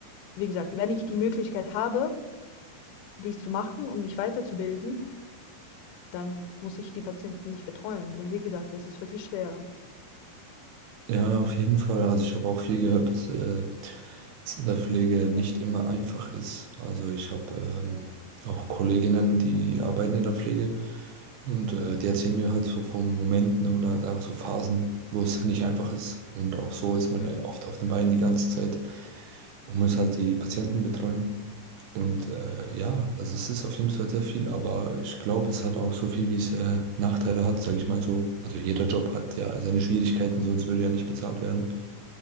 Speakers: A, on the left; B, on the right.
A: wie gesagt, wenn ich die Möglichkeit habe, dies zu machen und mich weiterzubilden, dann muss ich die Patienten nicht betreuen, weil, wie gesagt, das ist wirklich schwer.
B: Ja, auf jeden Fall. Also ich habe auch viel gehört, dass äh, was in der Pflege nicht immer einfach ist. Also ich habe Ja. ähm, auch Kolleginnen, die arbeiten in der Pflege und äh, die erzählen mir halt so von Momenten oder halt auch so Phasen, wo es <laughs> nicht einfach ist. Und auch so ist man
A: Mhm.
B: äh, oft auf den Beinen die ganze Zeit und muss halt die Patienten betreuen. Und äh, ja, also es ist auf jeden Fall sehr viel, aber ich glaube, es hat auch so viel, wie es äh, Nachteile hat, sage ich mal so. Also jeder Job hat ja seine Schwierigkeiten, sonst würde er nicht bezahlt werden.